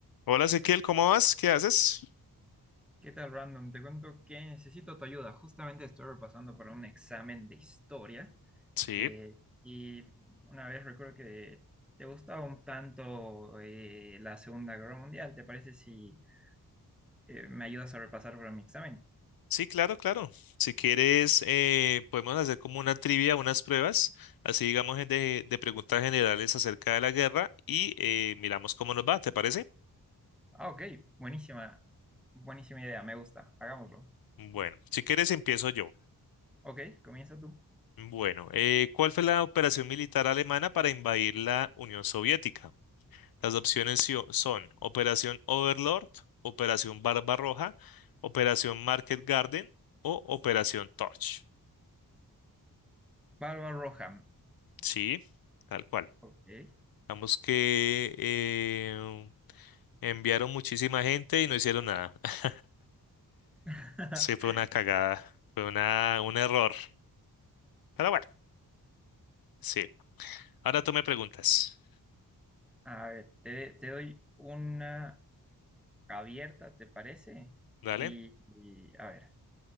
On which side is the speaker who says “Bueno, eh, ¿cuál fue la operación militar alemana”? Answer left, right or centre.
Left